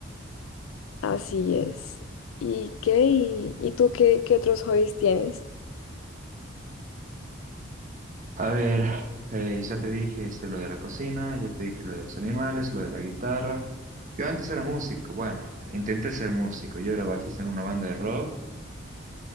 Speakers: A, on the left; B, on the right.
A: así es. ¿Y qué? ¿Y, y tú qué, qué otros hobbies tienes?
B: A ver, eh, ya te dije este, lo de la cocina, ya te dije lo de los animales, lo de la guitarra. Yo antes era músico, bueno, intenté ser músico, yo era bajista en una banda de rock.